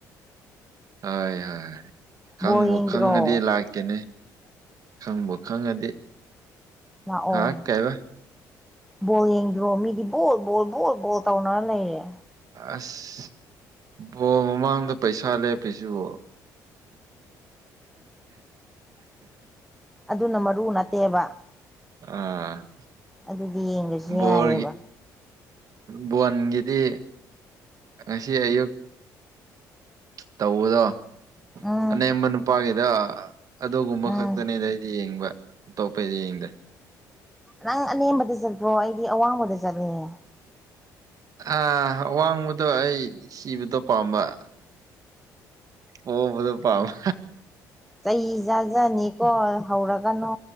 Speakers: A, on the right (about 55°); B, in the centre.
A: ꯍꯣꯏ ꯍꯣꯏ ꯈꯪꯕ
B: ꯕꯣꯜ ꯌꯦꯡꯗ꯭ꯔꯣ
A: ꯈꯪꯉꯗꯤ ꯂꯥꯛ ꯀꯦꯅꯦ ꯈꯪꯕꯣ ꯈꯪꯉꯗꯤ
B: ꯂꯥꯛꯑꯣ
A: ꯍꯥ ꯀꯩꯕ
B: ꯕꯣꯜ ꯌꯦꯡꯗ꯭ꯔꯣ ꯃꯤꯗꯤ ꯕꯣꯜ ꯕꯣꯜ ꯕꯣꯜ ꯕꯣꯜ ꯇꯧꯅꯔ ꯂꯩꯔꯦ
A: ꯑꯁ ꯕꯣ ꯃꯃꯥꯡꯗ ꯄꯩꯁꯥ ꯂꯦꯞꯄꯤꯁꯤꯕꯣ
B: ꯑꯗꯨꯅ ꯃꯔꯨ ꯅꯠꯇꯦꯕ
A: ꯑꯥ
B: ꯑꯗꯨꯗꯤ ꯌꯦꯡꯗ꯭ꯔꯁꯨ
A: ꯕꯣꯜꯒꯤ
B: ꯌꯥꯏꯕ
A: ꯕꯣꯟꯒꯤꯗꯤ ꯉꯁꯤ ꯑꯌꯨꯛ ꯇꯧꯕꯗꯣ
B: ꯎꯝ
A: ꯑꯅꯦꯝꯕ ꯅꯨꯄꯥꯒꯤꯗ ꯑꯗꯨꯒꯨꯝꯕ
B: ꯎꯝ
A: ꯈꯛꯇꯅꯤꯗ ꯑꯩꯗꯤ ꯌꯦꯡꯕ ꯑꯇꯣꯞꯄꯩꯗꯤ ꯌꯦꯡꯗꯦ
B: ꯅꯪ ꯑꯅꯦꯝꯕꯗ ꯆꯠꯄ꯭ꯔꯣ ꯑꯩꯗꯤ ꯑꯋꯥꯡꯕꯗ ꯆꯠꯂꯦ
A: ꯑꯥ ꯋꯥꯡꯕꯗꯣ ꯑꯩ ꯁꯤꯕꯗꯣ ꯄꯥꯝꯕ ꯑꯣꯕꯗꯨ ꯄꯥꯝꯕ
B: ꯆꯩ ꯆꯥꯖꯅꯤꯀꯣ ꯍꯧꯔꯒꯅꯨ